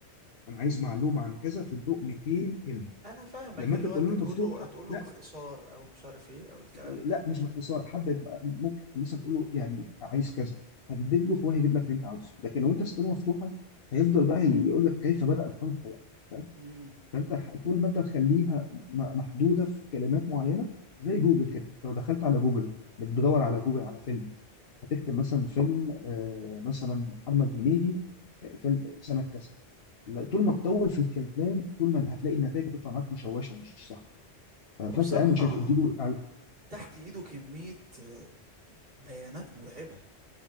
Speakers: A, on the left (about 60°); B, on the right (about 60°).
A: انا عايز معلومه عن كذا في ضوء 200 كلمه
B: انا فاهمك
A: لما
B: اللي
A: انت تقول
B: هو انت
A: له
B: تقوله
A: مفتوحه
B: هتقوله
A: لا
B: باختصار او مش عارف ايه او الكلام
A: لا
B: ده
A: مش باختصار حدد بقى- ممكن مثلا تقول له يعني عايز كذا حدد له فهو هيجيب لك اللي انت عاوزه لكن لو انت سبتها مفتوحه هيفضل بقى يقول لك كيف بدأ الخلق بقى فاهم
B: امم
A: فانت ح- طول ما انت تخليها م- محدوده في كلمات معينه زي جوجل كده انت لو دخلت على جوجل بتدور على جوجل على فيلم هتكتب مثلا فيلم آه، مثلا محمد هنيدي آه، فيلم سنه كذا لا، طول ما تطول في الكلام طول ما هتلاقي النتائج هتطلع معاك مشوشه ومش صح ف- فانت
B: وبصراحة
A: اعمل شات اديله
B: تحت ايده كمية آه، بيانات مرعبة